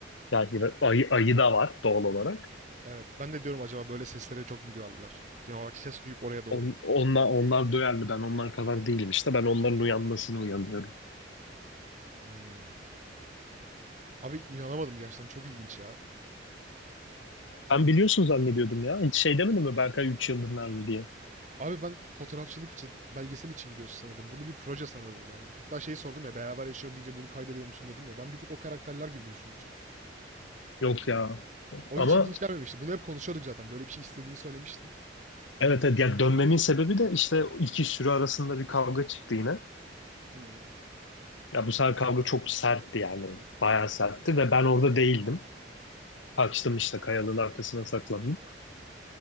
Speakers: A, on the left; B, on the right.
A: Yani ayı, ayı da var doğal olarak.
B: Evet. Ben de diyorum acaba böyle seslere çok mu duyarlar? Genel olarak ses duyup oraya doğru
A: On-
B: mu?
A: onlar, onlar duyarlı ben onlar kadar değilim işte ben onların uyanmasını uyanıyorum.
B: Hımm. Abi inanamadım gerçekten çok ilginç ya.
A: Ben biliyorsun zannediyordum ya hiç şey demedim mi Berkay 3 yıldır nerede diye.
B: Abi ben fotoğrafçılık için, belgesel için gidiyorsun sanıyordum. Bunu bir proje sanıyordum yani. Hatta şeyi sordum ya beraber yaşıyorum deyince bunu kaydediyor musun dedim ya. Ben bir tık o karakterler gibi düşünmüştüm.
A: Yok ya
B: O
A: ama
B: hiç ilginç gelmemişti. Bunu hep konuşuyorduk zaten. Böyle bir şey istediğini söylemiştin.
A: evet, evet ya dönmemin sebebi de işte iki sürü arasında bir kavga çıktı yine.
B: Hı.
A: Ya bu sefer kavga çok sertti yani bayağı sertti ve ben orada değildim. Kaçtım işte kayalığın arkasına saklandım.